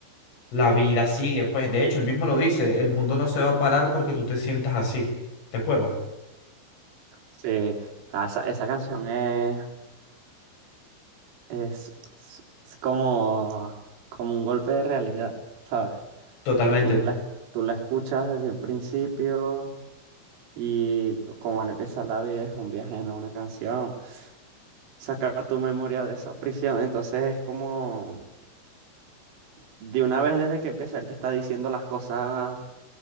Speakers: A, on the left; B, on the right.
A: la vida sigue, pues de hecho él mismo lo dice, el mundo no se va a parar porque tú te sientas así, ¿te acuerdas?
B: Sí, Ah, esa, esa canción es, es, es- es como, como un golpe de realidad, ¿sabes?
A: Totalmente.
B: Tú la, tú la escuchas desde un principio y como al empezar la vida es un viaje en una canción, saca tu memoria de esa prisión, entonces es como de una vez desde que empieza él te está diciendo las cosas